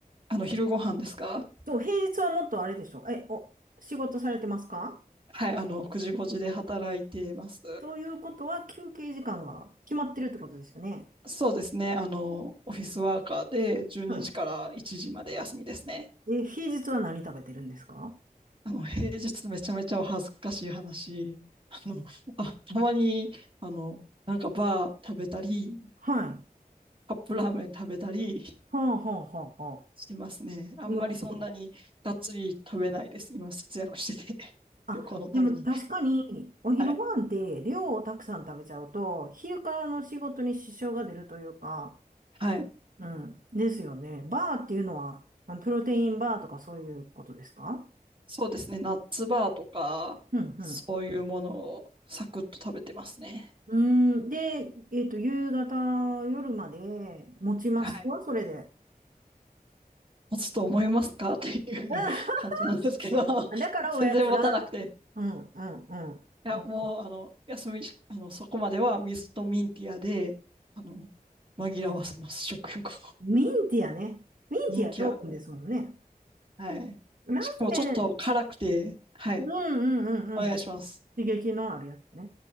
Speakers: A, on the right; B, on the right.
A: あの、昼ご飯ですか
B: そう、平日はもっとあれでしょ。え、お、仕事されてますか
A: はい。あの、9時5時で働いてます。
B: ということは休憩時間が決まってるってことですよね。
A: そうですね。あの、オフィスワーカーで12時から1時まで休みですね。
B: はい。え、平日は何食べてるんですか
A: あの、平日めちゃめちゃお恥ずかしい話。あの、あ、たまに、あの、なんかバー食べたり、
B: はい。は
A: カップラーメン食べたり
B: あ、はあ、はあ、はあ。
A: してますね。あんまりそんなにがっつり食べないです。
B: なるほど。
A: 今、節約してて <laughs>
B: あ、
A: 旅行のために。
B: でも確かにお昼ご飯って量をたくさん食べちゃうと、
A: はい。
B: 昼からの仕事に支障が出るというか、
A: はい。
B: うん。ですよね。バーっていうのは、あのプロテインバーとかそういうことですか
A: そうですね。ナッツバーとか、
B: うん、
A: そういうものをサクッと食べてますね。
B: うん。うーん。で、えっと、夕方、夜まで持ちますかそれで。
A: はい持つと思いますかっていう感じなんですけど、
B: <laughs>
A: <laughs>
B: うんだからおやつが、
A: 全然持たなくて。
B: うん、うん、うん。
A: いや、
B: うん
A: もう、あの、休みし、あの、そこまでは水とミンティアで、あの、紛らわせます、食欲を。
B: ミンティアね。ミンティアトークンですもんね。
A: ミンティア。はい。
B: ラーメン。
A: しかもちょっと辛くて、はい。
B: うん、うん、うん、
A: お願いします。
B: うん。刺激のあるやつね。